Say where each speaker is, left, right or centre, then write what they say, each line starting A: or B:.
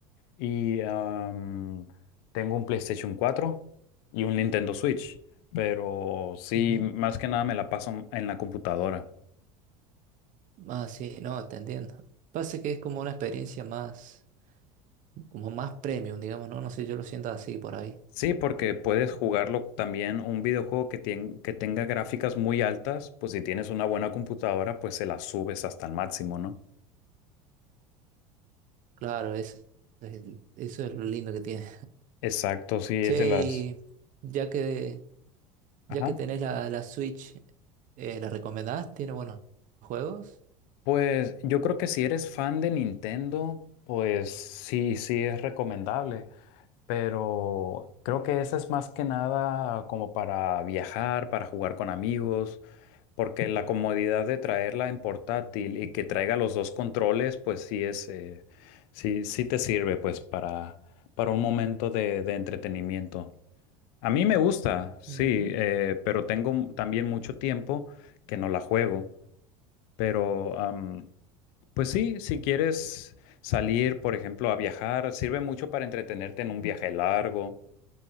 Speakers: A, on the left; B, on the right.
A: Y am, tengo un PlayStation cuatro y un Nintendo Switch. Pero sí,
B: Ujú.
A: más que nada me la paso en la computadora.
B: Ah, sí, no, te entiendo. Pasa que es como una experiencia más. Como más premium, digamos, ¿no? No sé, yo lo siento así por ahí.
A: Sí, porque puedes jugarlo también un videojuego que, tien- que tenga gráficas muy altas, pues si tienes una buena computadora, pues se la subes hasta el máximo, ¿no?
B: Claro, eso es, el- eso es lo lindo que tiene.
A: Exacto, sí, es
B: Che,
A: de las...
B: y ya que,
A: Ajá.
B: ya que tenés la, la Switch, eh, ¿la recomendás? ¿Tiene buenos juegos?
A: Pues yo creo que si eres fan de Nintendo, pues sí, sí es recomendable, pero creo que esa es más que nada como para viajar, para jugar con amigos, porque la comodidad de traerla en portátil y que traiga los dos controles, pues sí es, eh, sí, sí te sirve pues para, para un momento de, de entretenimiento. A mí me gusta, sí,
B: Ujú.
A: eh, pero tengo también mucho tiempo que no la juego. Pero, am, pues sí, si quieres salir, por ejemplo, a viajar, sirve mucho para entretenerte en un viaje largo.